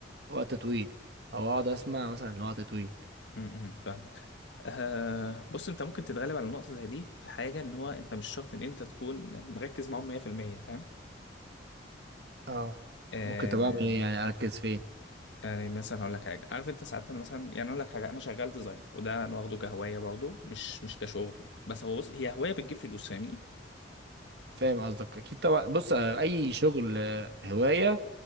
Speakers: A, on the right; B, on the left.
A: وقت طويل او اقعد اسمع مثلا وقت طويل
B: م- م، فاهمك آه بص انت ممكن تتغلب على نقطة زي دي في حاجة ان هو انت مش شرط ان انت تكون مركز معاهم 100% فاهم
A: اه
B: آه
A: ممكن طب اعمل ايه يعني اركز فين
B: يعني مثلا هقول لك حاجة عارف انت ساعات انا مثلا يعني اقول لك حاجة انا شغال ديزاين وده انا واخده كهواية برضه مش مش كشغل بس هو بص هي هواية بتجيب فلوس فاهمني
A: فاهم قصدك اكيد طبعا بص آه، اي شغل آه، هوايه